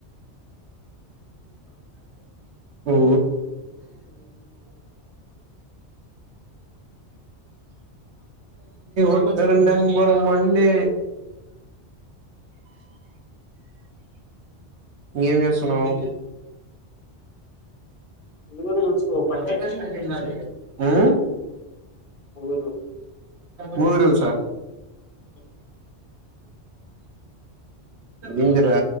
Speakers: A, on the right (about 75°); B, on the left (about 50°).
A: ఓ ఉత్తర నంబర్ వన్ న ఏం చేస్తున్నావు
B: మూవీ రూల్స్ ఓపెన్
A: మొదట
B: చేసినా.
A: సైన్ ఇన్ కర్రీ ఆ
B: మూవీ రూల్.
A: మూవీరూల్స్ ఆ
B: అ
A: ఎందిరా